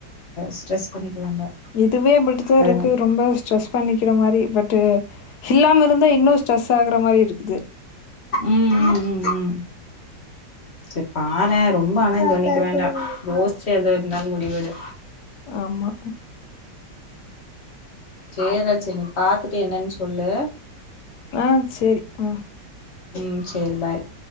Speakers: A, on the left; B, on the left.
A: ஸ்ட்ரெஸ் பண்ணிக்க வேண்டா
B: இதுவே அப்டிதா
A: அது
B: இருக்கு
A: ம்
B: ரொம்ப ஸ்ட்ரெஸ் பண்ணிக்கிற மாரி பட் இல்லாம இருந்தா இன்னு ஸ்ட்ரெஸ் ஆகுற மாரி இருக்குது
A: ம் ம் ம் ம் சரி பாறே ரொம்ப ஆனா இது பண்ணிக்க வேண்டா யோசிச்சு எது இருந்தாலு முடிவெடு
B: ஆமா
A: சேர்ரா செ நீ பாத்துட்டு என்னன்னு சொல்லு
B: ஆ சேரி ஆ
A: ம் சேரி பாய்